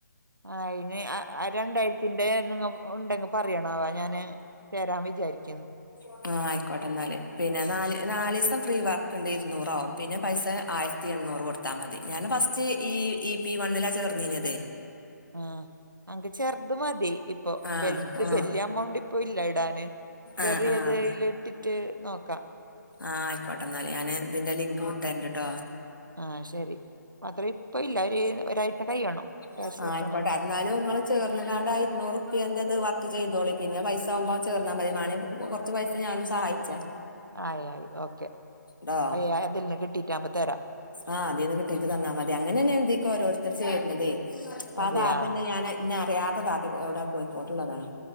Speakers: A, on the right; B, on the left.
A: അയ്ന് ആഹ് ആഹ് രണ്ടായിരത്തിന്റെ നിങ്ങ ഉണ്ടെങ്കി പറയണവാ ഞാന് തരാവെ വിചാരിക്കും
B: അക്ക ആഹ് ആയിക്കോട്ടെ എന്നാല്. പിന്നെ നാല് നാലീസം ഫ്രീ വർക്ക് ഉണ്ടായിരുന്നു. <unintelligible> പിന്നെ പൈസ ആയ സ് <unintelligible> എണ്ണൂറ് കൊടുത്താ മതി ഞാന് ഫസ്റ്റ് ഈ ഈ പി വണ്ണിലാ ചേർന്നീഞ്ഞത്
A: ആഹ്. അങ്കി ചെറുത് മതി ഇപ്പൊ
B: ആഹ്
A: വലുത്
B: ആഹ്
A: വല്യ എമൗണ്ട് ഇപ്പോ ഇല്ല ഇടാന് ചെറിയ
B: ആഹ് ആഹ്
A: ഇത് ല് ഇട്ടിട്ട് നോക്കാം
B: ആഹ് ആയിക്കോട്ടെ എന്നാല്. ഞാന് ഇതിന്റെ ലിങ്ക് വിട്ട് തരണ്ട്ട്ടോ
A: ആഹ് ശെരി മാത്ര ഇപ്പ ഇല്ല ഒരു ഒരാഴ്ച കൈയണം കാശ്
B: ആഹ്
A: കിട്ടണങ്കി
B: ആയിക്കോട്ടെ എന്നാലും ഇങ്ങള് ചേർന്നിടാണ്ട് ആ ഇരുന്നൂറു റുപ്യന്റെത് വർക്ക് ചെയ്തോളീം പിന്നെ പൈസ ആകുമ്പം ചേർന്നാ മതി <unintelligible> കൊറച്ച് പൈസ ഞാനും സഹായിച്ചാ
A: ആയി ആയി ഓക്കെ.
B: ട്ടോ
A: <unintelligible> കിട്ടിട്ട് ആകുമ്പ തരാം
B: ആഹ് അതീന്ന് കിട്ടീട്ട് തന്നാ മതി അങ്ങനെ തന്നെ ഇതീക്ക് ഓരോരുത്തര് ചേരുന്നതേ <unintelligible>
A: അതെയാ
B: ആതന്നെ ഞാനായ് എന്നെ അറിയാത്ത താത്ത ഇവിടെ കോഴിക്കോട് ഉള്ളതാണ്.